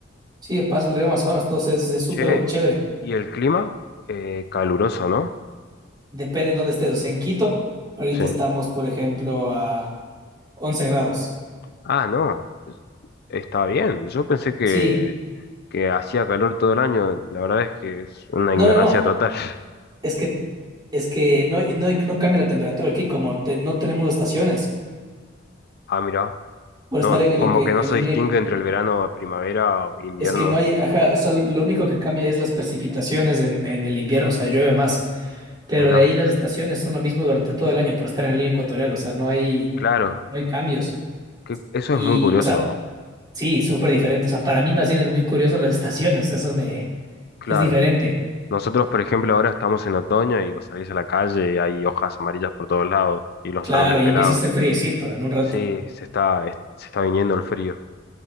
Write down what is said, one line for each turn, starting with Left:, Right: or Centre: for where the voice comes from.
Right: sí, pasa el río Amazonas, todo es es súper
Left: Che,
Right: chévere.
Left: ¿y el clima? Eh, caluroso, ¿no?
Right: Depende de dónde estés. O sea, en Quito, ahorita
Left: Sí.
Right: estamos, por ejemplo, a 11 grados.
Left: Ah, no. Está bien, yo pensé que,
Right: Sí,
Left: que hacía calor todo el año, la verdad es que es una
Right: No,
Left: ignorancia
Right: no, no.
Left: total. <laughs>
Right: Es que, es que no, hay- no, hay- no cambia la temperatura aquí, como te- no tenemos estaciones
Left: Ah, mira,
Right: por
Left: no,
Right: estar en el,
Left: como
Right: en,
Left: que no
Right: en
Left: se
Right: la línea.
Left: distingue entre el verano, primavera o invierno.
Right: Es que no hay, ajá, o sea, lo único que cambia es las precipitaciones en, en el invierno, o sea, llueve más. Pero
Left: Mira,
Right: de ahí las estaciones son lo mismo durante todo el año por estar en la línea ecuatorial, o sea, no hay,
Left: claro,
Right: no hay cambios.
Left: que- eso
Right: Y,
Left: es muy curioso,
Right: o sea,
Left: ¿no?
Right: sí, súper diferente. O sea, para mí más bien es muy curioso las estaciones, eso me,
Left: Claro.
Right: es diferente.
Left: Nosotros, por ejemplo, ahora estamos en otoño y vos salís a la calle y hay hojas amarillas por todos lados y los
Right: Claro,
Left: árboles
Right: y
Left: pelados.
Right: empieza a hacer friecito en un rato.
Left: Sí, se está, es- se está viniendo el frío